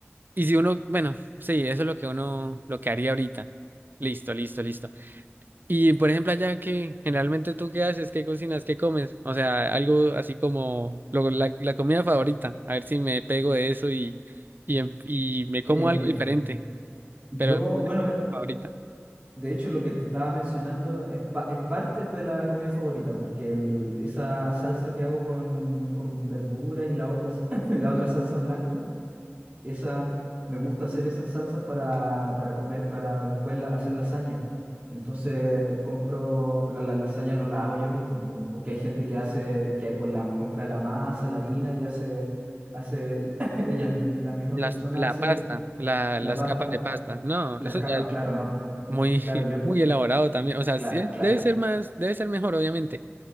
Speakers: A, on the right; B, on the right.
A: y si uno, bueno, sí, eso es lo que uno, lo que haría ahorita. Listo, listo, listo. Y por ejemplo, allá que generalmente tú qué haces, qué cocinas, qué comes, o sea, algo así como lo- la, la comida favorita, a ver si me pego de eso y, y, em- y me como
B: Em,
A: algo diferente,
B: yo,
A: pero
B: bueno, eh,
A: favorita.
B: de hecho lo que te estaba mencionando es, pa- es parte de la comida favorita, porque el- esa salsa que hago con, con verduras y la otra, s- <laughs> la otra salsa blanca. esa, me gusta hacer esas salsas para, para comer, para después la- hacer lasaña. Entonces compro, pero la lasaña no la hago yo mismo, por- porque hay gente que hace, que con la, compra la masa, la harina y hace, hace el- <laughs> ellas, mi- la misma
A: Las,
B: persona
A: la
B: hace
A: pasta,
B: el-
A: la,
B: la
A: las
B: pasta,
A: capas de pasta. No,
B: las
A: eso
B: capas,
A: ya
B: claro, no, po.
A: muy,
B: claro,
A: <laughs>
B: yo,
A: muy elaborado también. O sea,
B: claro,
A: sí, eh,
B: claro,
A: debe ser más, debe ser mejor, obviamente,